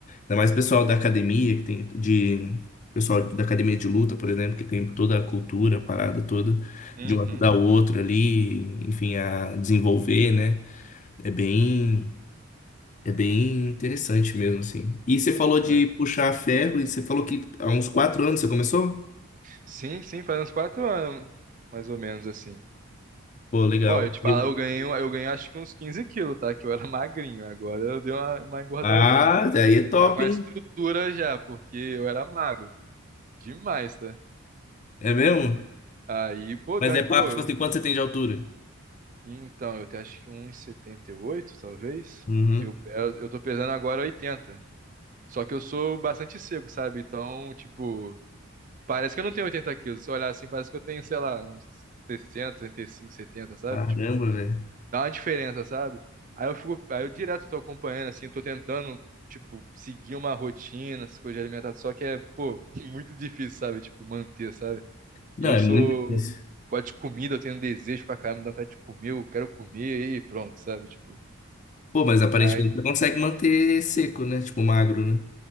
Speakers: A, on the left; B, on the right.
A: Ainda mais o pessoal da academia, que tem. De. Pessoal da academia de luta, por exemplo, que tem toda a cultura, a parada toda,
B: Uhum.
A: de um ajudar o outro ali, enfim, a desenvolver, né? É bem. É bem interessante mesmo, assim. E você falou de
B: É.
A: puxar ferro, e você falou que há uns quatro anos você começou?
B: Sim, sim, faz uns quatro anos, mais ou menos assim.
A: Pô, legal.
B: Ó, eu te
A: Eu...
B: falar, eu ganhei, um- eu ganhei acho que uns 15 quilos, tá? Que eu era magrinho, agora eu dei uma, uma engordadinha.
A: Ah, daí é top,
B: Tô com a
A: hein?
B: estrutura já, porque eu era magro. Demais, tá?
A: É mesmo?
B: Aí, pô,
A: Mas
B: deu,
A: é
B: uma-
A: papo,
B: pô,
A: tipo assim, quanto você tem de altura?
B: Então, eu até acho que um e setenta e oito talvez.
A: Uhum.
B: Eu, eu eu tô pesando agora oitenta Só que eu sou bastante seco, sabe? Então, tipo, parece que eu não tenho 80 quilos. Se eu olhar assim, parece que eu tenho, sei lá, uns 60, 65, 70, sabe?
A: Caramba,
B: Tipo,
A: velho.
B: dá uma diferença, sabe? Aí eu fico, aí eu direto tô acompanhando, assim, tô tentando, tipo, seguir uma rotina, essas coisas de alimentação. Só que é, pô, <laughs> muito difícil, sabe? Tipo, manter, sabe?
A: Não,
B: E eu
A: é
B: sou.
A: muito difícil.
B: Gosto de comida, eu tenho desejo pra caramba, dá vontade de comer, eu quero comer e pronto, sabe? Tipo,
A: Pô, mas aparentemente
B: mas.
A: você consegue manter seco, né? Tipo, magro, né?